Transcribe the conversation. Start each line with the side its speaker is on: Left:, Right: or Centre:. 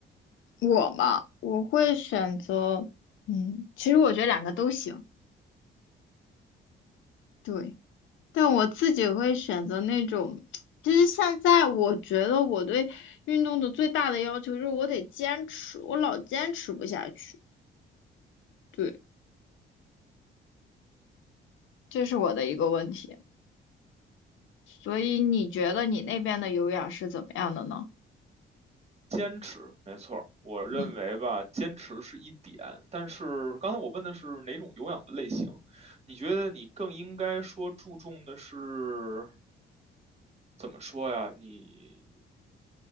Left: 我嘛，我会选择，嗯，其实我觉得两个都行，对，但我自己会选择那种，其实现在我觉得我对运动的最大的要求就是我得坚持，我老坚持不下去，对，这是我的一个问题。所以你觉得你那边的有氧是怎么样的呢？
Right: 坚持，没错儿，我认为吧，
Left: 嗯
Right: 坚持是一点，但是刚才我问的是哪种有氧的类型，你觉得你更应该说注重的是怎么说呀？你